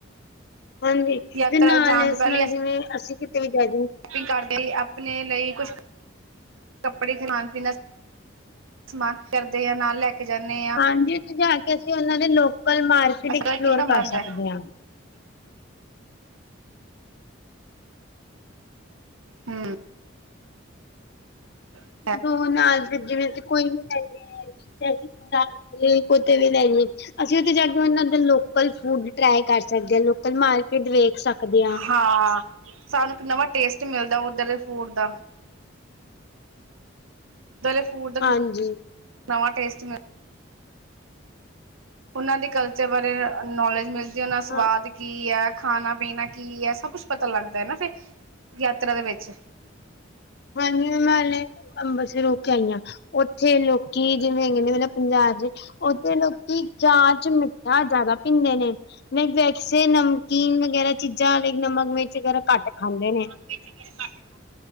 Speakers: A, on the left; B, on the right.
A: ਹਾਂਜੀ ਤੇ
B: ਯਾਤਰਾ
A: ਨਾਲ
B: ਜਾਣ
A: ਇਸ
B: ਤੋਂ ਪਹਿਲੇ
A: ਨਾਲ, ਜਿਵੇਂ ਅਸੀਂ ਕਿਤੇ ਵੀ ਜਾਈਏ।
B: ਸ਼ੋਪਿੰਗ ਕਰਦੇ, ਆਪਣੇ ਲਈ ਕੁਛ ਕੱਪੜੇ, ਖਾਣ- ਪੀਣ ਦਾ ਸਮਾਨ ਸਮਾਨ ਕਰਦੇ ਹਾਂ, ਨਾਲ ਲੈ ਕੇ ਜਾਨੇ ਆਂ।
A: ਹਾਂਜੀ, ਉੱਥੇ ਜਾ ਕੇ ਅਸੀਂ ਉਹਨਾਂ ਦੇ ਲੋਕਲ ਮਾਰਕੀਟ
B: ਅਸਰਾ
A: ਐਕਸਪਲੋਰ
B: ਕਿੰਨਾ ਮਰਦਾ
A: ਕਰ ਸਕਦੇ ਹਾਂ।
B: <inaudible> ਹੂੰ, ਹਾਂ
A: ਦੋ ਨਾਲ ਜਿਵੇਂ ਕੋਈ ਵੀ ਇਹ, ਉਥੇ ਦੀ ਲੈਂਗੁਵੇਜ ਅਸੀਂ ਉੱਥੇ ਜਾ ਕੇ ਉਹਨਾਂ ਦੇ ਲੋਕਲ ਫੂਡ ਟਰਾਈ ਕਰ ਸਕਦੇ ਹਾਂ, ਲੋਕਲ ਮਾਰਕੀਟ ਵੇਖ ਸਕਦੇ ਹਾਂ।
B: ਹਾਂ, ਸਾਨੂੰ ਇੱਕ ਨਵਾਂ ਟੇਸਟ ਮਿਲਦਾ, ਉੱਧਰ ਦੇ ਫੂਡ ਦਾ। ਉਥੋਂ ਦੇ ਫੂਡ ਦਾ,
A: ਹਾਂਜੀ
B: ਨਵਾਂ ਟੇਸਟ ਮਿਲ ਉਹਨਾਂ ਦੀ ਕਲਚਰ ਬਾਰੇ ਨੌਲੇਜ ਮਿਲਦੀ ਐ, ਉਹਨਾਂ ਸਵਾਦ
A: ਹਾਂ
B: ਈ ਕੀ ਐ? ਖਾਣਾ ਪੀਣਾ ਕੀ ਐ, ਸਭ ਕੁਛ ਪਤਾ ਲੱਗਦਾ ਐ ਨਾ ਫਿਰ ਯਾਤਰਾ ਦੇ ਵਿੱਚ।
A: ਹਾਂਜੀ, ਮੈਂ ਹੁਣੇ ਅੰਬਰਸਰ ਹੋ ਕੇ ਆਈ ਆਂ, ਉੱਥੇ ਲੋਕੀ ਜਿਵੇਂ ਹੈਗੇ ਨੇ ਮਤਲਬ ਪੰਜਾਬ ਉੱਥੇ ਲੋਕੀ ਚਾਹ ਚ ਮਿੱਠਾ ਜ਼ਿਆਦਾ ਪੀਂਦੇ ਨੇ। ਮੈਂ ਵੈਸੇ ਨਮਕੀਨ ਵਗੈਰਾ ਚੀਜ਼ਾਂ, ਲੇਕਿਨ ਨਮਕ ਮਿਰਚ ਵਗੈਰਾ ਘੱਟ ਖਾਂਦੇ ਨੇ।
B: ਮਿਰਚ ਵਗੈਰਾ ਘੱਟ